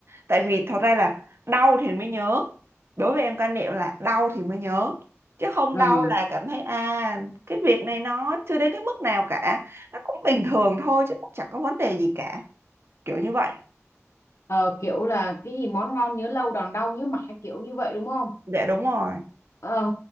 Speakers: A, on the right; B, on the left.
A: tại vì thật ra là đau thì mới nhớ đối với em quan niệm là đau thì mới nhớ chứ không
B: ừ.
A: đau là cảm thấy à cái việc này nó chưa đến cái mức nào cả nó cũng bình thường thôi chứ cũng chẳng có vấn đề gì cả kiểu như vậy
B: Ờ, kiểu là cái gì món ngon nhớ lâu đòn đau nhớ mãi kiểu như vậy đúng không?
A: dạ đúng rồi
B: Ờ,